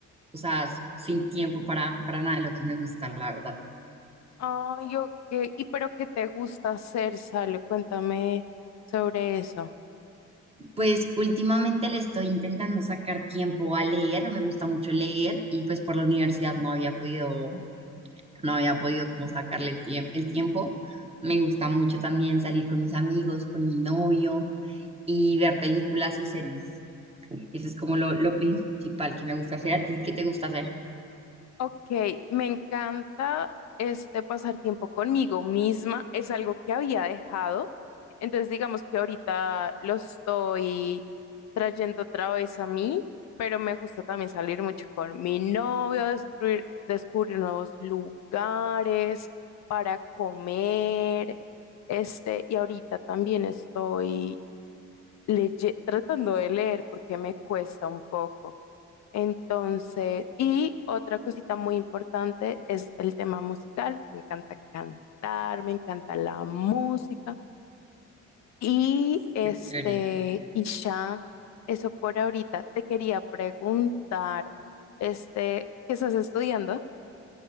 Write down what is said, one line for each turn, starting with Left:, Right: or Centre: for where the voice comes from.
Right: o sea, s- sin tiempo para, para nada de lo que me gusta, la verdad.
Left: Ay, yo qué. ¿Y pero qué te gusta hacer, Salo? Cuéntame sobre eso.
Right: Pues últimamente le estoy intentando sacar tiempo a leer, me gusta mucho leer y pues por la universidad no había podido no había podido como sacarle tie- el tiempo. Me gusta mucho también salir con mis amigos, con mi novio y ver películas y series. Eso es como lo, lo principal que me gusta hacer. ¿A ti qué te gusta hacer?
Left: Ok, me encanta este pasar tiempo conmigo misma, es algo que había dejado, entonces digamos que ahorita lo estoy trayendo otra vez a mí, pero me gusta también salir mucho con mi novio, descubrir, descubrir nuevos lugares para comer, este, y ahorita también estoy leye- tratando de leer porque me cuesta un poco. Entonces, y otra cosita muy importante es el tema musical. Me encanta cantar, me encanta la música. Y
Right: Súper
Left: este,
Right: chévere.
Left: y ya, eso por ahorita. Te quería preguntar, este, ¿qué estás estudiando?